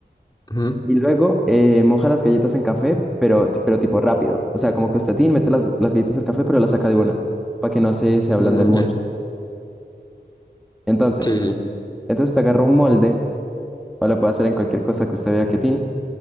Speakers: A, on the left (about 20°); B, in the centre.
A: Ujú.
B: Y luego eh, moja las galletas en café, pero, pero tipo rápido. O sea, como que usted tiene, mete las, las galletas al café, pero las saca de una, para que no se, se ablanden
A: Mm,
B: mucho.
A: ya.
B: Entonces,
A: Sí, sí.
B: entonces usted agarra un molde, o lo puede hacer en cualquier cosa que usted vea que tiene